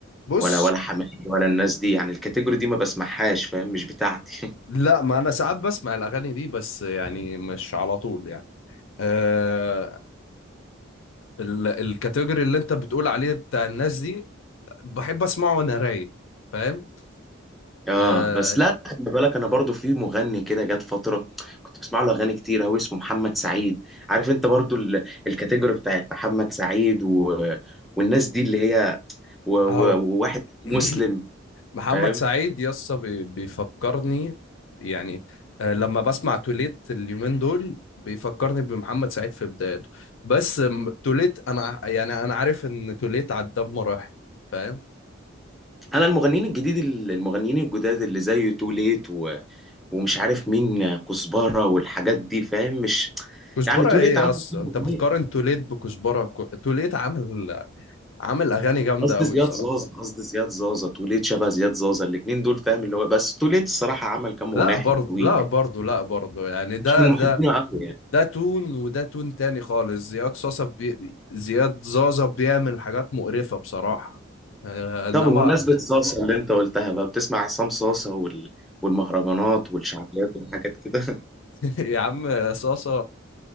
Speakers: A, on the left (about 75°); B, in the centre.
A: بص
B: ولا ولا حماقي ولا الناس دي يعني الكاتيجوري دي ما بسمعهاش فاهم مش بتاعتي
A: لا ما انا ساعات بسمع الاغاني دي بس يعني مش على طول يعني آه ال- الكاتيجوري اللي انت بتقول عليه بتاع الناس دي بحب اسمعه وانا رايق فاهم
B: اه
A: آه
B: بس لا خلي بالك انا برضو في مغني كده جت فتره كنت بسمع له اغاني كتير قوي اسمه محمد سعيد عارف انت برضو ال- الكاتيجوري بتاعت محمد سعيد و... والناس دي اللي هي و... و...
A: اهو
B: وواحد مسلم
A: <clears throat> محمد
B: فاهم
A: سعيد يسطا بي- بيفكرني يعني آه لما بسمع توليت اليومين دول بيفكرني بمحمد سعيد في بدايته بس م- توليت انا يعني انا عارف ان توليت عدى بمراحل فاهم
B: انا المغنيين الجديد المغنيين الجداد اللي زي توليت و... ومش عارف مين كزبره والحاجات دي فاهم مش
A: كزبرة
B: يعني توليت
A: ايه
B: عمل
A: اصلا
B: كام
A: انت
B: أغنية.
A: بتقارن توليت بكزبرة ك- توليت عامل عامل اغاني جامدة
B: قصدي
A: قوي
B: زياد
A: بصراحة
B: زازا قصدي زياد زازا توليت شبه زياد زازا الاتنين دول فاهم اللي هو بس توليت الصراحه عمل كام
A: لا
B: اغنيه
A: برضه
B: حلوين
A: لا
B: يعني
A: برضه لا برضه يعني ده
B: مش من
A: ده
B: محبينه قوي يعني
A: ده تون وده تون تاني خالص زياد صاصة بي... بي- زياد زازا بيعمل حاجات مقرفة بصراحة آه، انما
B: طب بمناسبة صاصة اللي انت قلتها بقى بتسمع عصام صاصة وال... والمهرجانات والشعبيات والحاجات كده <laughs>
A: <laughs> يا عم صاصة